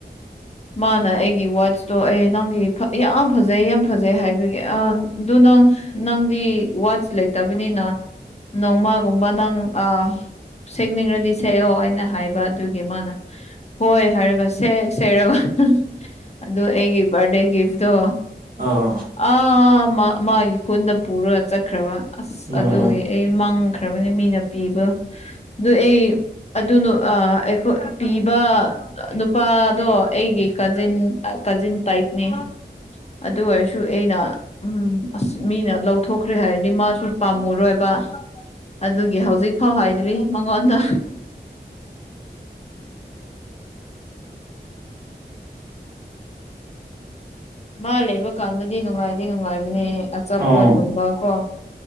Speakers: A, on the left; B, on the right.
A: ꯃꯥꯅ ꯑꯩꯒꯤ ꯋꯥꯠꯆꯇꯣ ꯑꯦ ꯅꯪꯒꯤ ꯌꯥꯝ ꯐꯖꯩ ꯌꯥꯝ ꯐꯖꯩ ꯍꯥꯏꯕꯒꯤ ꯑ ꯑꯗꯨ ꯅꯪ ꯅꯪꯗꯤ ꯋꯥꯆ ꯂꯩ ꯅꯤꯅ ꯅꯣꯡꯃꯒꯨꯝꯕ ꯅꯪ ꯑꯥ ꯁꯦꯠꯅꯤꯡꯉꯗꯤ ꯁꯦꯛꯑꯣ ꯑꯩꯅ ꯍꯥꯏꯕ ꯑꯗꯨꯒꯤ ꯃꯥꯅ ꯍꯣꯏ ꯍꯥꯏꯔꯒ ꯁꯦ ꯁꯦꯔꯒ ꯑꯗꯨ ꯑꯩꯒꯤ ꯕꯥꯔꯗꯦ ꯒꯤꯐꯇꯣ
B: ꯑꯥ
A: ꯑꯥ ꯃꯥꯒꯤ ꯈꯨꯟꯗ ꯄꯨꯔꯒ ꯆꯠꯈ꯭ꯔꯕ ꯑꯁ
B: ꯎꯝ
A: ꯑꯗꯨꯒꯤ ꯑꯩ ꯃꯪꯈ꯭ꯔꯕꯅꯦ ꯃꯤꯅ ꯄꯤꯕ ꯑꯗꯨ ꯑꯩ ꯑꯗꯨꯅ ꯑꯩ ꯑꯩꯈꯣꯏ ꯄꯤꯕ ꯅꯨꯄꯥꯗꯣ ꯑꯩꯒꯤ ꯀꯖꯤꯟ ꯀꯖꯤꯟ ꯇꯥꯏꯞꯅꯦ ꯑꯗꯨ ꯑꯣꯏꯔꯁꯨ ꯑꯩꯅ ꯎꯝ ꯑꯁ ꯃꯤꯅ ꯂꯧꯊꯣꯛꯈ꯭ꯔꯦ ꯍꯥꯏꯔꯗꯤ ꯃꯥ ꯄꯥꯝꯃꯨꯔꯣꯏꯕ ꯑꯗꯨꯒꯤ ꯍꯧꯖꯤꯛ ꯐꯥꯎ ꯍꯥꯏꯗ꯭ꯔꯤ ꯃꯉꯣꯟꯗ ꯃꯥ ꯂꯩꯕ ꯀꯥꯟꯗꯗꯤ ꯅꯨꯡꯉꯥꯏꯗꯤ ꯅꯨꯡꯉꯥꯏꯕꯅꯦ ꯑꯆꯥꯄꯣꯠꯒꯨꯝꯕ
B: ꯑꯥ
A: ꯀꯣ